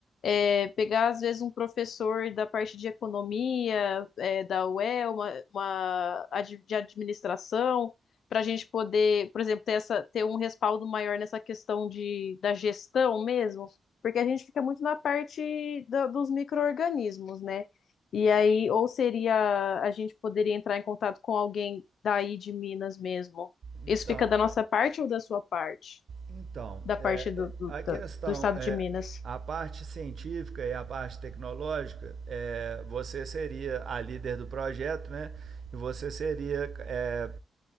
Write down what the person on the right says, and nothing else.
Então,
Então,
é,
é,
a questão
é
a parte científica e a parte tecnológica. é, você seria a líder do projeto, né? E você seria é,